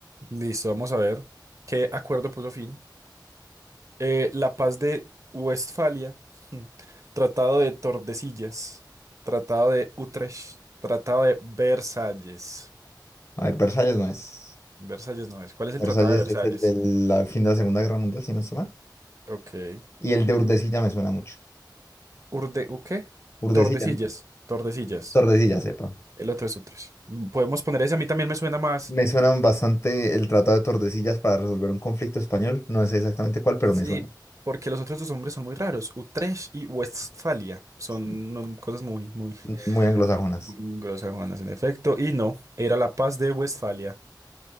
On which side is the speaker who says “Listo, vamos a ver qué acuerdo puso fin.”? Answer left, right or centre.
Right